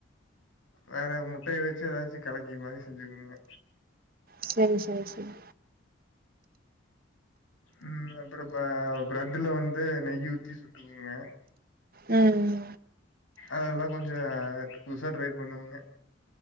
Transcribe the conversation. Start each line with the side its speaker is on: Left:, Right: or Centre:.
Left: வேற முட்டய வச்சு ஏதாச்சு கலக்கி மாரி செஞ்சுகுவங்க
Right: செரி செரி செரி
Left: ம் அப்றோ ப பிரட்டுல வந்து நெய்யி ஊத்தி சுட்டுகுவங்க
Right: ம் ம் ம்
Left: அதெல்லா கொஞ்ச புதுசா ட்ரை பண்ணுவங்க